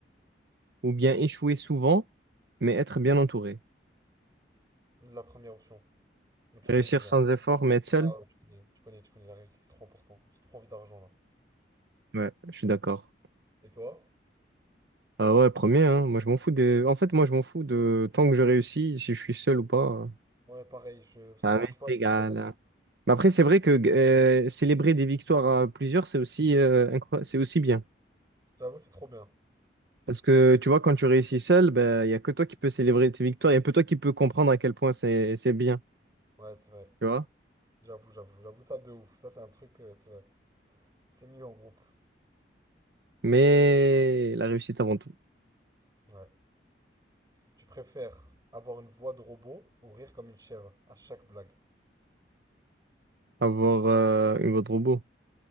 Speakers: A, on the right; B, on the right.
A: ou bien échouer souvent, mais être bien entouré?
B: la première option. Donc, Tu connais
A: Réussir
B: déjà.
A: sans effort, mais être seul?
B: Ah ouais, tu connais, tu connais, tu connais, la réussite, c'est trop important. J'ai trop envie d'argent là.
A: Ouais, je suis d'accord.
B: Et toi?
A: Ah ouais, premier, hein. Moi, je m'en fous des... En fait, moi, je m'en fous de tant que je réussis, si je suis seul ou pas. euh,
B: Ouais, pareil, je... ça
A: Ça
B: me dérange
A: m'est
B: pas, tout
A: égal.
B: seul, la réussite.
A: hein. Mais après, c'est vrai que euh, célébrer des victoires à plusieurs, c'est aussi, euh, incro- c'est aussi bien.
B: J'avoue, c'est trop bien.
A: Parce que tu vois, quand tu réussis seul, ben, il n'y a que toi qui peux célébrer tes victoires, il n'y a que toi qui peux comprendre à quel point c'est c'est bien,
B: Ouais, c'est vrai.
A: tu vois.
B: J'avoue, j'avoue, j'avoue, ça de ouf. Ça, c'est un truc, euh, c'est vrai. C'est mieux en groupe.
A: Mais la réussite avant tout,
B: Ouais. Tu préfères avoir une voix de robot ou rire comme une chèvre à chaque blague?
A: avoir euh, une voix de robot.